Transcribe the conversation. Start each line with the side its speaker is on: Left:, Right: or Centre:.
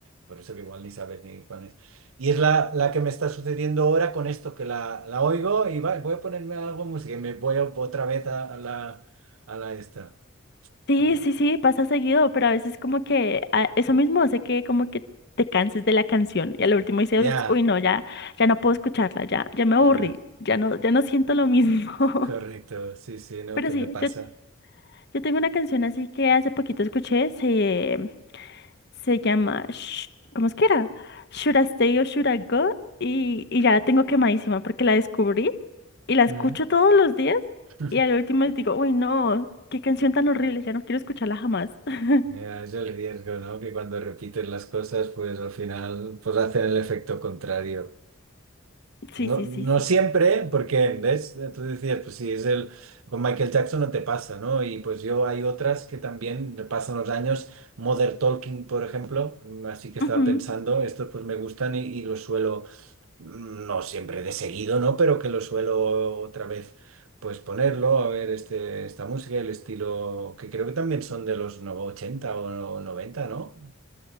Right: Por eso que igual ni sabes ni cuál es. Y es la, la que me está sucediendo ahora con esto, que la, la oigo y va, voy a ponerme algo de música y me voy a- otra vez a, a la, a la esta.
Left: Sí,
Right: a la-
Left: sí, sí, pasa seguido, pero a veces como que a- eso mismo hace que como que te canses de la canción y al último dices,
Right: Ya,
Left: uy, no, ya, ya no puedo escucharla, ya, ya me aburrí,
Right: ya,
Left: ya no, ya no siento lo mismo. <laughs>
Right: correcto. Sí, sí, ¿no?
Left: Pero
Right: ¿Qué
Left: sí,
Right: me pasa?
Left: yo, yo tengo una canción así que hace poquito escuché, se, se llama, Sh- ¿cómo es que era? Should I Stay or Should I Go? Y, y ya la tengo quemadísima porque la descubrí y la escucho
Right: Mm.
Left: todos los días
Right: <laughs>
Left: y al último digo, uy, no, qué canción tan horrible, ya no quiero escucharla jamás. <laughs>
Right: Ya, es el riesgo, ¿no? Que cuando repites las cosas, pues al final, pues hacen el efecto contrario.
Left: Sí,
Right: No,
Left: sí,
Right: no
Left: sí, sí.
Right: siempre, porque, ¿ves? Tú decías, pues si es el... Con Michael Jackson no te pasa, ¿no? Y pues yo hay otras que también pasan los años. Modern Talking, por ejemplo, mm, así que estaba
Left: Ujú.
Right: pensando, estos pues me gustan y, y los suelo, mm, no siempre de seguido, ¿no? Pero que los suelo otra vez, pues ponerlo, a ver este, esta música, el estilo, que creo que también son de los no- 80 o no- noventa ¿no?